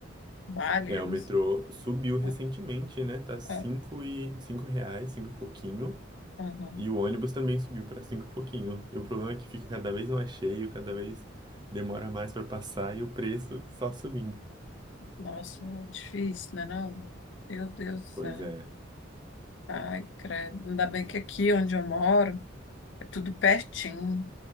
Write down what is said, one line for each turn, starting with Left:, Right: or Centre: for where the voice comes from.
Left: vale,
Right: É,
Left: eu
Right: o metrô
Left: não sei.
Right: subiu recentemente,
Left: Ah.
Right: né? Tá cinco
Left: É,
Right: e cinco reais, cinco e pouquinho.
Left: uhum.
Right: E o ônibus também subiu para cinco e pouquinho. E o problema é que fica cada vez mais cheio, cada vez demora mais para passar e o preço só subindo.
Left: Nossa, difícil, né, não? Meu Deus do céu.
Right: Pois é.
Left: Ai, credo. Ainda bem que aqui onde eu moro é tudo pertinho.